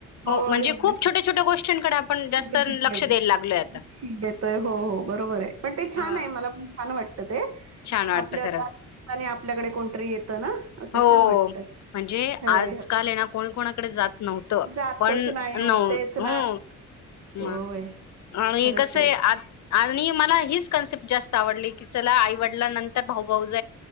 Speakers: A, on the left; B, on the right.
A: म्हणजे
B: होय होय
A: खूप छोट्या छोट्या गोष्टींकडे पण जास्त
B: कुठे चिटकवली.
A: लक्ष द्यायला लागलोय आता
B: देतोय हो हो बरोबर आहे पण ते छान
A: हा
B: आहे मला पण छान वाटतं
A: छान वाटतं
B: आपल्या
A: खरंच
B: आपल्याकडे कोणतरी ना असं
A: हो
B: छान वाटतं
A: म्हणजे
B: होय
A: आजकाल
B: होय
A: ये ना कोणी कोणाकडे जात नव्हत
B: जातच
A: पण
B: नाही
A: नऊ
B: हो तेच
A: हो
B: ना होय
A: ह आणि
B: खरंच
A: कसय
B: आहे
A: आ आणि मला हिच कन्सेप्ट जास्त आवडले की चला आईवडला नंतर भाऊ भाऊज